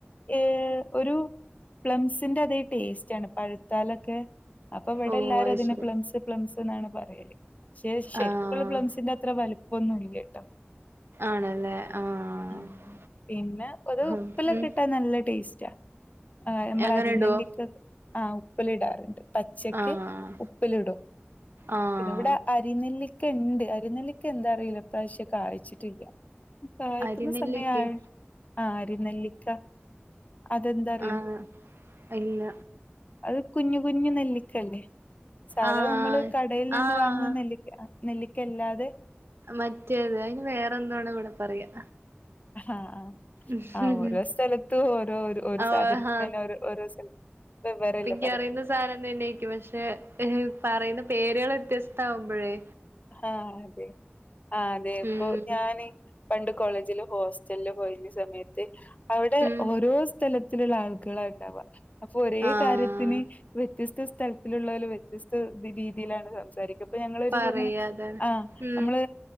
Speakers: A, on the left; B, on the right.
A: ഏഹ്, ഒരു പ്ലംസിന്റെ അതേ ടേസ്റ്റ് ആണ് പഴുത്താലൊക്കെ. അപ്പൊ ഇവിടെ
B: ഓഹ്
A: എല്ലാരും
B: അത്
A: അതിന്
B: ശരി
A: പ്ലംസ് പ്ലംസ് എന്നാണ് പറയല് പക്ഷെ ശരിക്കുള്ള
B: ആഹ്
A: പ്ലംസിന്റെ അത്ര വലിപ്പമൊന്നുല്ലട്ടോ
B: ആണല്ലേ ആഹ്
A: ഊം പിന്നെ ഒരു ഉപ്പിലൊക്കെ
B: ഉം
A: ഇട്ടാ നല്ല ടേസ്റ്റാ ആഹ് നമ്മളെ
B: അങ്ങനെ
A: അരിനെല്ലിക്ക
B: ഇടുവോ
A: ആഹ് ഉപ്പില് ഇടാറുണ്ട് പച്ചക്ക്
B: ആഹ്
A: ഉപ്പിലിടും
B: ആഹ്
A: പിന്നെ ഇവിടെ അരിനെല്ലിക്കണ്ട് അരിനെിക്ക എന്താറിയൂല ഇപ്രാവശ്യം കാഴിച്ചിട്ടില്ല ഈ കായ്ക്കുന്ന
B: അരിനെല്ലിക്കയോ
A: സമയം ആ ആരി നെല്ലിക്ക അതെന്താറി
B: ആഹ് ഇല്ല
A: അത് കുഞ്ഞ് കുഞ്ഞ് നെല്ലിക്കല്ലേ സാധാണ
B: ആഹ്
A: നമ്മള് കടയിൽ നിന്ന്
B: ആഹ്
A: വാങ്ങുന്ന നെല്ലിക്ക നെല്ലിക്കല്ലാതെ
B: മറ്റേത് അതിന് വേറെ എന്തോ ആണ് ഇവിടെ പറയാ
A: ആഹ് ആഹ്
B: ഉം
A: ആ ഓരോ സ്ഥലത്തും ഓരോ
B: ആഹ്
A: സാധനത്തിന തന്നെ ഓരോ സ്ഥല വെവ്വേറെ അല്ലെ
B: നിക്ക് അറിയുന്ന സാധനം തന്നെയാരിക്കും പക്ഷെ പറയുന്ന പേരുകൾ വ്യത്യസ്ത ആവുമ്പഴേ
A: ആഹ് അതെ ആ അതെ ഇപ്പൊ
B: ഉം
A: ഞാന് പണ്ട് കോളേജില് ഹോസ്റ്റലില് പോയിരുന്ന സമയത്ത് അവിടെ
B: ഉം
A: ഓരോ തലത്തിലുള്ള ആളുകളാ ഇണ്ടാവാ അപ്പൊ ഒരേ
B: ആഹ്
A: കാര്യത്തിന് വ്യത്യസ്ത സ്ഥലത്തിലുള്ളവും വ്യത്യസ്ത രീതിയിലാണ് സംസാരിക്കുക അപ്പൊ ഞങ്ങളൊരു
B: പറയാ
A: <unintelligible>
B: അതാണ്
A: ആഹ്
B: ഉം
A: നമ്മള്